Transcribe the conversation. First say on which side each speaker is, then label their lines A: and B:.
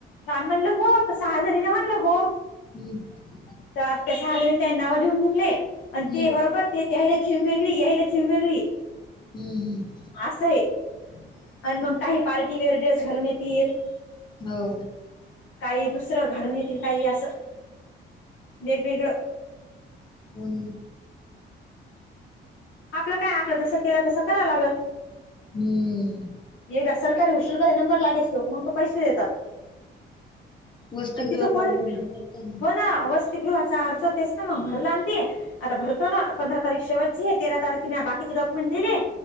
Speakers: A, on the left; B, on the left.
A: आम्ही म्हणलं हो, त्या सहा जणीना म्हणलं हो.
B: हम्म.
A: तर आ सहाजने, त्यांनी नाव लिहून घेतले. आणि
B: हम्म
A: ते बरोबर ते त्याहेला थीम वेगळी, ह्यायेला थीम वेगळी
B: हम्म हम्.
A: असं आहे आणि मग काही, पार्टीवेअर ड्रेस घालून येतील.
B: हो.
A: काही दुसरं घाडून येतील, काही असं वेगवेगळं.
B: हो ना.
A: आपलं काय? आपलं जसं केलं, तसं करावं लागेल.
B: हम्.
A: एकदा सरकारी हॉस्टेलमध्ये नंबर लागेच लोक मंग तो पैसे देतात.
B: वसतिगृहाचा
A: आणि तिथं कोण?
B: अभ्यास करता
A: हो ना वस्त तीगृहाचा अर्ज तेच ना, मग भरलान ते. आता भरतो ना, पंधरा तारीख शेवटची आहे. तेरा तारखे, म बाकीचे डॉक्युमेंट दिले.